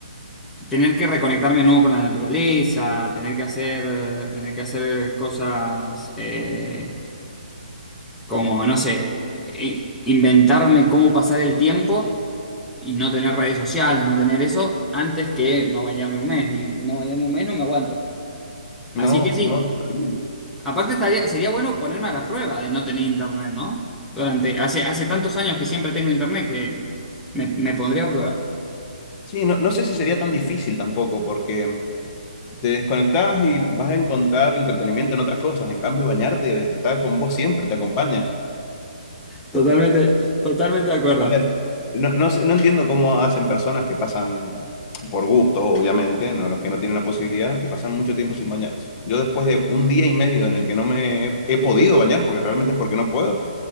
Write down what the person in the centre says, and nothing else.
Tener que reconectarme de nuevo con la naturaleza, tener que hacer, tener que hacer cosas eh, como, no sé, i- inventarme cómo pasar el tiempo y no tener redes sociales, no tener eso, antes que no bañarme un mes. Un- no bañarme un mes, no me aguanto. Así
que sí.
Aparte estaría, sería bueno ponerme a la prueba de no tener internet, ¿no? Durante, hace, hace tantos años que siempre tengo internet que me, me pondría a prueba.
Totalmente, totalmente de acuerdo.